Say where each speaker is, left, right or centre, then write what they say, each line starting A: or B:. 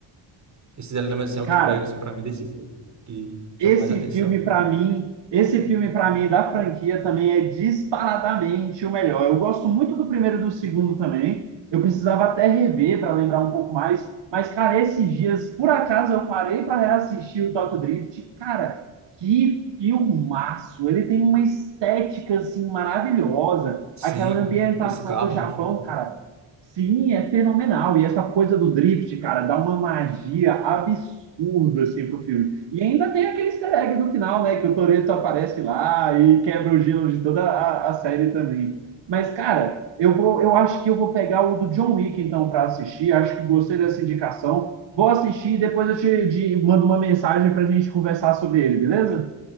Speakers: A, on the right; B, on the right.
A: esses elementos, assim, é o
B: Cara,
A: que pega, assim, pra mim, desse filme, que chama
B: esse
A: mais atenção.
B: filme para mim, esse filme para mim da franquia também é disparadamente o melhor. Eu gosto muito do primeiro e do segundo também. Eu precisava até rever para lembrar um pouco mais, mas cara, esses dias por acaso eu parei para reassistir o Tokyo Drift. Cara, que filmaço! Ele tem uma estética assim maravilhosa,
A: Sim,
B: aquela
A: cara.
B: ambientação
A: Os carros,
B: do Japão,
A: enfim.
B: cara. Sim, é fenomenal. E essa coisa do drift, cara, dá uma magia absurda assim pro filme. E ainda tem aquele easter egg no final, né? Que o Toreto aparece lá e quebra o gelo de toda a, a série também. Mas, cara, eu vou, eu acho que eu vou pegar o do John Wick então para assistir. Acho que gostei dessa indicação. Vou assistir e depois eu te, te mando uma mensagem para a gente conversar sobre ele, beleza?